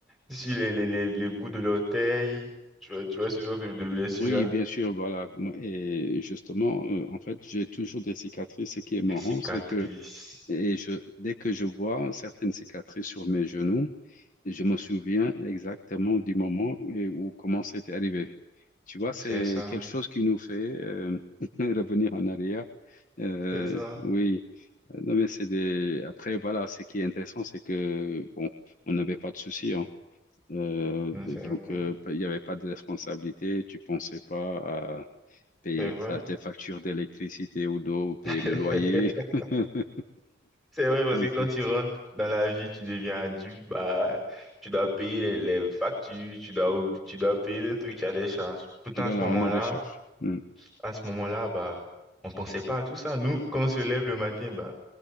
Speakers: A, in the centre; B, on the left.
A: sur les, les, les, les bouts de l'orteil, tu vois, tu vois ce genre de, de blessures-là.
B: Oui, bien sûr, voilà. Moi, Et justement, euh, en fait, j'ai toujours des cicatrices. Ce qui est marrant,
A: Les cicatrices,
B: c'est que et je, dès que je vois certaines cicatrices sur mes genoux, je me souviens exactement du moment et où comment c'était arrivé. Tu vois, c'est
A: c'est ça,
B: quelque chose qui nous fait euh, <laughs> revenir en arrière. Euh,
A: c'est ça.
B: oui. Non, mais c'est des. Après, voilà, ce qui est intéressant, c'est que, bon, on n'avait pas de soucis, hein. Euh,
A: Non,
B: donc,
A: c'est vrai,
B: euh, il n'y avait pas de responsabilité. Tu pensais pas à payer
A: c'est vrai.
B: ta- tes factures d'électricité ou d'eau, ou payer le
A: <laughs>
B: loyer. <laughs>
A: C'est vrai, parce
B: Donc,
A: que quand
B: euh,
A: tu rentres dans la vie, tu deviens adulte, bah, tu dois payer les, les factures, tu dois, tu dois payer des trucs, tu as des charges. Pourtant,
B: voilà,
A: à ce moment-là,
B: on a des charges. Mm.
A: à ce moment-là, bah, on pensait pas à tout ça. Nous, quand on se lève le matin, bah,